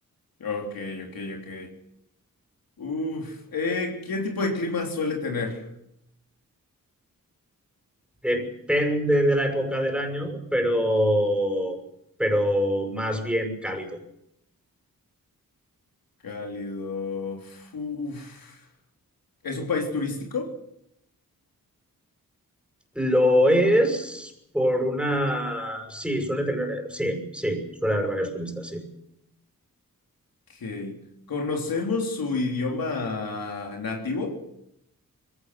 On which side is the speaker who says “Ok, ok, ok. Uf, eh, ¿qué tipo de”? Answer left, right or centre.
Left